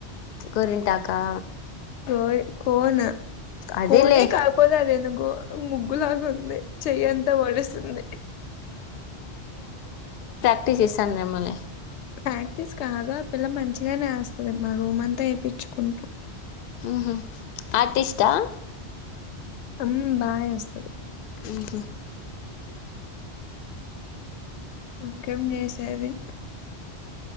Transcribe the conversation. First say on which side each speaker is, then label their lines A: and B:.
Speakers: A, on the left; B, on the left.
A: గోరింటాకా
B: కో కోను
A: అదేలే
B: కోనే కాపోదా అదేందుకో ముగ్గులాగా ఉంది చెయ్యింతా ఒడుస్తుంది
A: పట్టి చేస్తారేమోలే
B: ప్రాక్టీస్ కాదుా అ పిల్ల మంచిగానే వెస్తుంది మా రూమ్ అంతా వేయించుకొండ్రు
A: ఉహు ఆర్టిస్టా
B: హ్మ్ బా ఏస్
A: ఉహ్మ్
B: ఇంకేం చేసేది